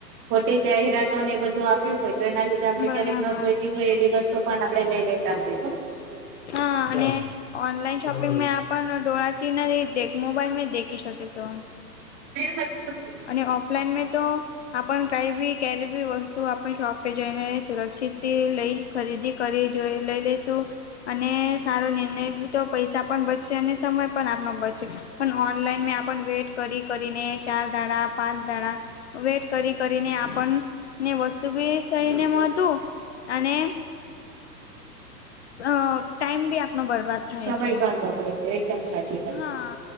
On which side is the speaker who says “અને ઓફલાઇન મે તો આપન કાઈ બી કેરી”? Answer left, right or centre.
Left